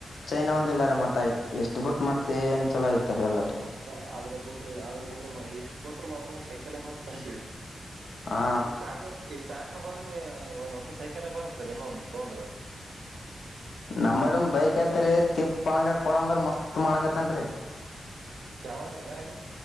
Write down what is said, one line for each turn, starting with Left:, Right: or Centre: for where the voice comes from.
Left: ಚೈನಾ ಒಂದಿಲ್ಲಾರೆ ಮತ್ತ ಆಯ್ತು. ಎಷ್ಟು ಬಿಟ್ಟು ಮತ್ತೆ ಏನ್ ಚಲೋ ಐತಾರೆ ಎಲ್ಲಾಟ.
Right: ಮತ್ತ ಅದ್ರ ಬಿಟ್ರಿ ಅದ್ರ ಬಿಟ್ರಿ ಇಷ್ಟ್ ಕೊಟ್ರರು ಮತ್ರ ಒಂದ್ ಸೈಕಲ್ ಬರ್ತಲಾರಿ.
Left: ಹಾ
Right: ಇಷ್ಟು ಆಕ ಇಷ್ಟು ಆಕ ಬಂದಲೂ ಒಂದ್ ಹೊಸ ಸೈಕೆಲ್ ಬರ ಡ್ರ ಇನೊಂದ ತೊಂಡ್ರಾ.
Left: ನಮ್ಮದ ಒಂದ್ ಬೈಕ್ ಐತರಿ ತಿಪ್ಪ ಅಗ ಕೊಡಂದ್ರ ಮಸ್ತ್ ಮಾಡ್ಕತ್ತನ್ರಿ
Right: ಯಾವಾದ್ರಿ ಗಾಡಿ